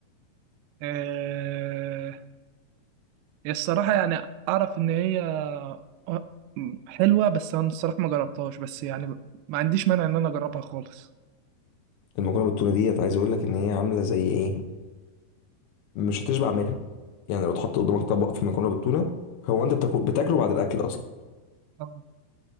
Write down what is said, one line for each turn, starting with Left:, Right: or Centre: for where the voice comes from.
Right: آه، الصراحه يعني اعرف ان هي آه، حلوه بس انا الصراحه ما جربتهاش بس يعني ما عنديش مانع ان انا اجربها خالص
Left: المكرونه بالتونه ديت عايز اقول لك ان هي عامله زي ايه مش هتشبع منها يعني لو اتحط قدامك طبق فيه مكرونه بالتونه هو انت بتاكل بتاكله بعد الاكل اصلا
Right: آه،